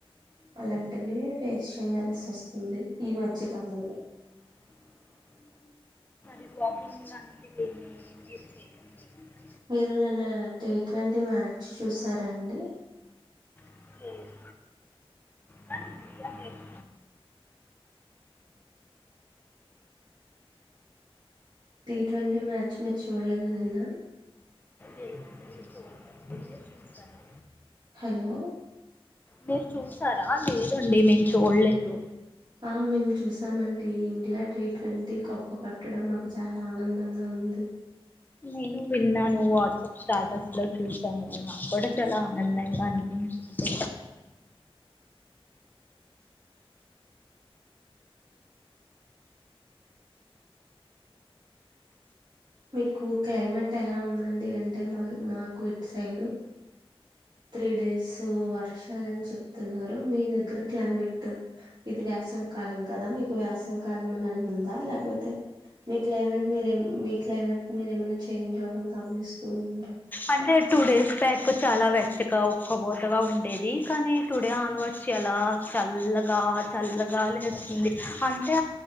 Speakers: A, on the right; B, on the left.
A: అలాంటివి ఫేస్ చేయాల్సి వస్తా ఉంది ఈ మధ్య కాలంలో
B: వంగ్ అ <unintelligible>
A: మీరు నిన్న టీ ట్వంటీ మ్యాచ్ చూసారండి
B: మేడం చూడలేదు కానీ India gate
A: T twenty match మీరు చూడలేదా నిన్న
B: లేదు మీరు చూడలేదు మీరు చూసారా
A: హలో
B: మీరు చూసారా లేదండి మేము చూడలేదు
A: ఆ మేము చూసామండి ఇండియా టీ ట్వంటీ కప్పు కోట్టడం మాకు చాలా ఆనందంగా ఉంది
B: నేను విన్నాను వాట్సాప్ స్టాటస్ లో చూసాను కూడా నాకు కూడా చాల అనందంగా అనిపించింది
A: మీకు క్లైమేట్ ఎలా ఉందండి అంటే మా మాకు ఇటు సైడ్ త్రీ డేస్ వర్షాలని చెప్తున్నారు మీ దగ్గర క్లైమేట్ ఇది వేసవి కాలం కద మీకు వేసవి కాలం లానే ఉందా లేక పోతే మీ క్లైమేట్ మీరే మీ క్లైమేట్ మీరేమన్నా చేంజ్ అవ్వడం గమనిస్తూ ఉన్నారా
B: అంటే టూ డేస్ బ్యాక్ చాలా వెచ్చగా ఉక్కపోతగా ఉండేది కానీ టూ డే ఆన్ వర్డ్ చాలా చల్లగా చల్లగాలేస్తుంది అంటే